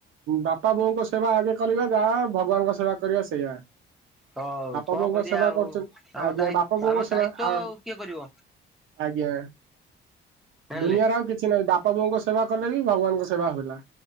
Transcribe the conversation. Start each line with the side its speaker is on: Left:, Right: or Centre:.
Right: ବାପା ବୋଉଙ୍କ ସେବା ଆଗେ କରିବା ଯାହା ଭଗବାନଙ୍କ ସେବା କରିବା ସେଇଆ।
Centre: ହଉ
Right: ବାପା
Centre: କଣ
Right: ବୋଉଙ୍କ
Centre: କରିବା
Right: ସେବା
Centre: ଆଉ
Right: କରୁଛନ୍ତି
Centre: ଆମ
Right: ଆଜ୍ଞା
Centre: ଦାୟି
Right: ବାପା ବୋଉଙ୍କ
Centre: ଆମ
Right: ସେବା
Centre: ଦାୟିତ୍ଵ
Right: ଆ ଆଜ୍ଞା
Centre: ଆଉ କିଏ କରିବ
Right: ଆଜ୍ଞା
Centre: ଜାଣିଲେ।
Right: ଦୁନିଆରେ ଆଉ କିଛି ନାହିଁ ବା ପ୍ରଭୁଙ୍କ ସେବା କଲେ ବି ଭଗବାନଙ୍କ ସେବା ହେଲା